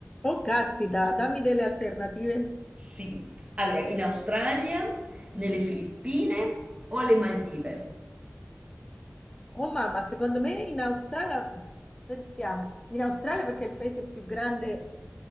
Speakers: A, on the left (about 15°); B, on the right (about 25°).
A: Oh, caspita, dammi delle alternative.
B: Sì. Allora, in Australia, nelle Filippine o alle Maldive?
A: Oh mamma, secondo me in Australia, pensiamo, in Australia perché è il paese più grande